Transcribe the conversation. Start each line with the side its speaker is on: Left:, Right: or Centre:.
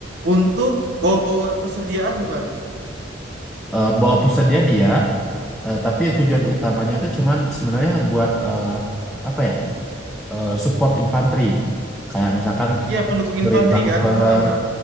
Right: Untuk bawa-bawa persediaan bukan?
Centre: eh, bawa persediaan iya, Eh, tapi tujuan utamanya itu cuman sebenarnya buat eh, apa ya? eh, support infanteri. Kayak misalkan
Right: Iya, pendukung
Centre: ngancurin
Right: infanteri
Centre: bunker
Right: kan? Haha.